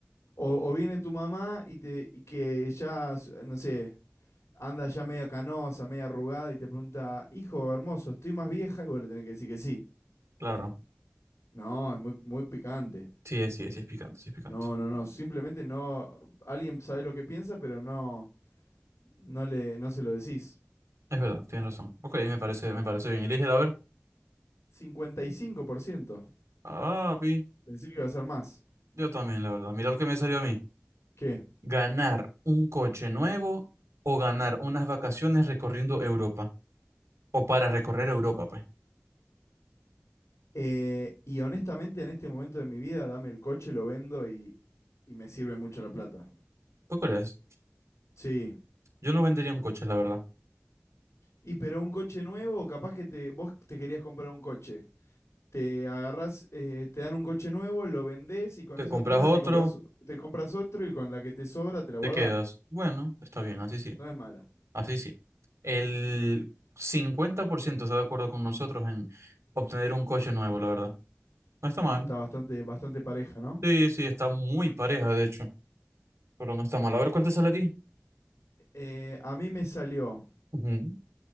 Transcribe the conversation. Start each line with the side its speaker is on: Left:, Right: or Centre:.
Left: O, o viene tu mamá y, te, y que ya, s- no sé, anda ya media canosa, media arrugada y te pregunta, hijo hermoso, estoy más vieja y vos le tenés que decir que sí.
Right: claro.
Left: No, es muy, muy picante.
Right: Sí, es- sí, es- sí, es picante, sí, es picante.
Left: No, no, no, simplemente no, alguien sabe lo que piensa, pero no, no le, no se lo decís.
Right: Es verdad, tienes razón. Ok, me parece, me parece bien. Elige, a ver.
Left: 55%.
Right: Ah, pi.
Left: Pensé que iba a ser más.
Right: Yo también, la verdad. Mira lo que me salió a mí.
Left: ¿Qué?
Right: ¿Ganar un coche nuevo o ganar unas vacaciones recorriendo Europa? O para recorrer Europa, pues.
Left: Eh, y honestamente en este momento de mi vida, dame el coche, lo vendo y, y me sirve mucho la plata.
Right: ¿Tú crees?
Left: Sí,
Right: Yo no vendería un coche, la verdad.
Left: Y pero un coche nuevo, capaz que te, vos te querías comprar un coche. Te agarrás, eh, te dan un coche nuevo, lo vendés y con
Right: Te
Left: esa
Right: compras
Left: plata
Right: otro,
Left: te compras, te compras otro y con la que te sobra te la
Right: te
Left: guardás.
Right: quedas. Bueno, está bien, así sí.
Left: No es mala.
Right: Así sí. El 50% está de acuerdo con nosotros en obtener un coche nuevo, la verdad. No está mal.
Left: Ah, está bastante, bastante pareja, ¿no?
Right: Sí, sí, está muy pareja, de hecho. Pero no está mal. A ver cuál te sale a ti.
Left: Eh, a mí me salió
Right: Ujú.